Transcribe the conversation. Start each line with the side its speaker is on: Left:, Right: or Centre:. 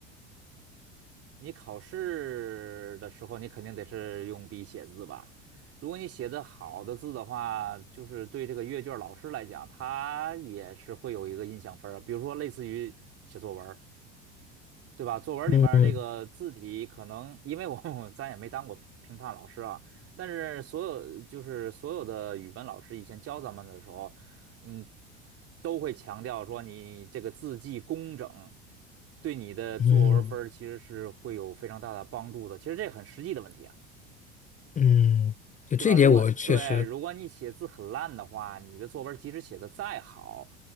Right: 你考试的时候，你肯定得是用笔写字吧？如果你写的好的字的话，就是对这个阅卷儿老师来讲，他也是会有一个印象分儿啊。比如说，类似于写作文儿对吧？作文里面儿这个字体可能，
Left: 嗯
Right: 因为我 <laughs> 咱也没当过评评判老师啊，但是所有就是所有的语文老师以前教咱们的时候，嗯，都会强调说你这个字迹工整，对你的作文分儿其实是会有非常大的帮助的。
Left: 嗯
Right: 其实这很实际的问题啊。
Left: 嗯，对，
Right: 对吧？
Left: 这一点我确实，
Right: 如果对，如果你写字很烂的话，你的作文即使写的再好，